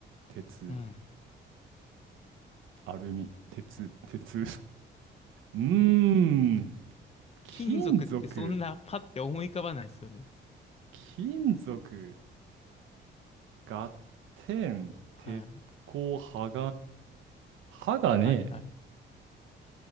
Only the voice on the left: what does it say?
うん。
金属ってそんなパッて思い浮かばないですよね。
はい。
はいはい。